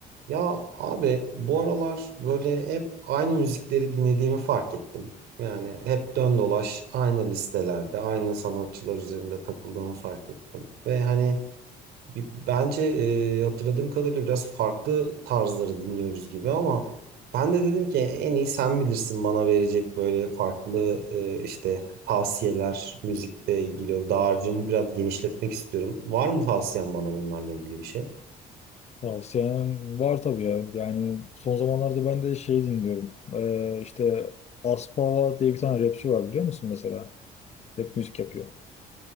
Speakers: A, on the right; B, on the left.
A: Ya abi bu aralar böyle hep aynı müzikleri dinlediğimi fark ettim. Yani hep dön dolaş aynı listelerde, aynı sanatçılar üzerinde takıldığımı fark ettim. Ve hani bi- bence e, hatırladığım kadarıyla biraz farklı tarzları dinliyoruz gibi ama ben de dedim ki en iyi sen bilirsin bana verecek böyle farklı e, işte tavsiyeler müzikle ilgili. Dağarcığımı biraz genişletmek istiyorum. Var mı tavsiyen bana bunlarla ilgili bir şey?
B: Tavsiyem var tabii ya. Yani son zamanlarda ben de şey dinliyorum. Ee, işte Aspava diye bir tane rapçi var biliyor musun mesela? Rap müzik yapıyor.